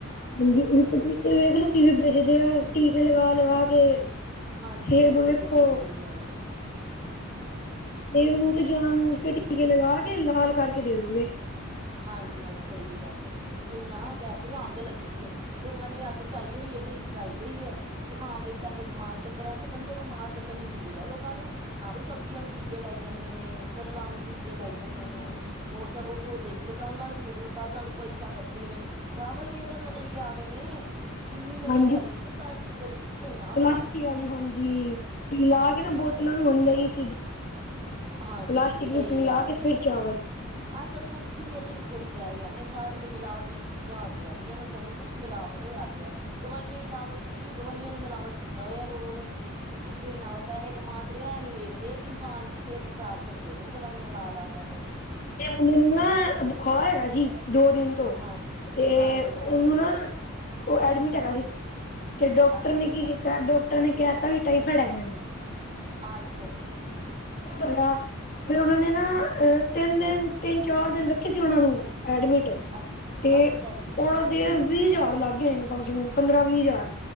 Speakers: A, on the left; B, on the right.
A: ਹਾਂਜੀ ਪਪੀਤੇ ਵੇਖ ਲਓ ਕਿਵੇਂ ਬਜਦੇ ਆ ਟੀਕੇ ਲਗਾ ਲਗਾ ਕੇ,
B: ਹਾਂਜੀ-ਹਾਂਜੀ
A: ਸੇਬ ਵੇਖੋ
B: ਜਮਾ ਹੀ ਸਹੀ ਗੱਲ ਹੈ।
A: ਦੇ ਮ ਨੂੰਹ ਤੇ ਜਾਨ ਬੂਜ ਕੇ ਟੀਕੇ ਲਗਾ ਕੇ ਲਾਲ ਕਰਕੇ ਦੇ ਦੋਗੇ।
B: ਹਾਂਜੀ ਹਾਂਜੀ ਸਹੀ ਗੱਲ ਆ ਜੇ ਪੁੱਛੋਈ ਨਾ ਕਹਿ ਤੇ ਅੱਗ ਲੱਗੀ ਪਈ ਹੈ ਲੋਕਾਂ ਨੇ ਵੀ ਅੱਥ ਚਾਈ ਹੋਈ। ਹਨੇਰੀ ਤਾਂ ਆਈ ਹੋਈ ਹੈ ਕਿ ਹਾਂ ਬਾਈ ਪੈਸੇ ਕਮਾਣ ਚੱਕਰ ਹੈ ਚ ਬੰਦੇ ਬਿਮਾਰ ਕਰਨੇ ਮਨਜੂਰ ਹੈ ਲੋਕਾਂ ਨੂੰ ਹਾਂ ਵੀ ਸਬਜ਼ੀਆਂ ਨੂੰ ਟੀਕੇ ਲਾਈ ਜਾਂਦੇ ਨੇ ਫੁੱਲਾਂ ਨੂੰ ਟੀਕੇ ਲਾਈ ਜਾਂਦੇ
A: ਹਾਂ
B: ਨੇ ਉਹ ਸ ਉਹ ਦੇਖ। ਦੇਖਲੋ ਦਾਲਾਂ ਨੂੰ ਵੇਖ ਲਓ ਦਾਲਾਂ ਨੂੰ ਪਲਸ਼ੀਆਂ ਕਰਦੇ ਪਏ ਨੇ ਚਾਵਲ ਵੇਖ ਲੋ ਨਕਲੀ ਆ ਗਏ ਨੇ, ਚੀਨੀ ਨਕਲੀ
A: ਹਾਂਜੀ
B: ਆਈ ਦੀ ਨੀ ਪਲਾਸਟਿਕ ਵੇਲੇ ਪੁੱਛੋ ਹੀ ਨਾ ਬਸ
A: ਪਲਾਸਟਿਕ ਵਾਲੀ ਹਾਂਜੀ ਪਿਲਾ
B: ਹਾਂਜੀ-ਹਾਂਜੀ।
A: ਕੇ ਨਾ ਬੋਤਲਾਂ ਨੂੰ ਨਹੀਂ ਚੀਜ਼ਾਂ
B: ਹਾਂਜੀ
A: ਪਲਾਸਟਿਕ
B: ਹਾਂਜੀ ਸਹੀ
A: ਰੁਪੀ
B: ਗੱਲ
A: ਲਾ ਕੇ
B: ਹੈ
A: ਫਿਰ
B: ਜੀ
A: ਚਾਵਲ,
B: ਅੱਜ ਕੱਲ੍ਹ ਕੁਛ ਵੀ ਅਸਲੀ ਥੋੜ੍ਹੀ ਰਹਿ ਗਿਆ ਨੇ ਸਾਰੇ ਤੇ ਮਿਵਟ ਵਾਲੀ ਚੀਜ਼ਾਂ ਆਦੀਆਂ ਪਈਆਂ ਨੇ ਸਭ ਕੁਛ ਮਿਲਾਵਟ ਹੋ। ਪਿਆ ਦਵਾਈਆਂ ਹੀ ਲਾ ਲੋਓ ਤੁਸੀਂ ਦਵਾਈਆਂ ਨੂੰ ਮਿਲਾਵਟ ਕੀਤਾ ਹੋਇਆ ਲੋਕੋ ਨੇ, ਕਿ ਪੁੱਛੋ ਹੀ ਨਾ ਵ ਪੈਸੇ ਕਮਾ ਚਹਿ ਨੀ ਵੇਖਦੇ ਕਿ ਇਨਸਾਨ ਦੀ ਸਿਹਤ ਖ਼ਰਾਬ ਕਰਦੇ ਪ ਦਵਾਈਆਂ ਲਾ ਲਾ ਕੇ। ਕ ਵਜੀ।
A: ਮੈਨੂੰ ਨਾ ਬੁਖਆ ਹੈਗਾ ਸੀ ਦੋ ਦਿਨ ਤੋਂ
B: ਹਾਂਜੀ
A: ਤੇ
B: ਹਾਂਜੀ
A: ਉਹਨੂੰ
B: ਹਾਂਜੀ
A: ਨਾ। ਉਹ ਐਡਮਿਟ ਹੈਗਾ ਸੀ ਤੇ ਡਾਕਟਰ
B: ਅੱਛਾ
A: ਨੇ
B: ਜੀ
A: ਕੀ ਕੀਤਾ ਡਾਕਟਰ ਨੇ ਕਿਹਾ ਤ ਵੀ ਟਾਈ। ਖੜਗਾ ਨੂੰ।
B: ਅਛਾ।
A: ਧਿਆ ਫਿਰ ਉਹਨਾਂ ਨੇ ਨਾ ਅ ਤਿੰਨ ਦਿਨ ਤਿੰਨ ਚਾਰ ਦਿਨ ਰੱਖੇ ਸੀ ਉਹਨਾਂ ਨੂੰ। ਐਡਮਿਟ
B: ਅੱਛ
A: ਤੇ
B: ਅੱਛਾ ਜੀ
A: ਉਹਨਾਂ ਦੇ ਵੀਹ ਹਜ਼ਾਰ ਲੱਗ ਗਏ ਕਮ ਸੇ ਕਮ। ਪੰਦਰਾਂ ਵੀਹ ਹਜ਼ਾਰ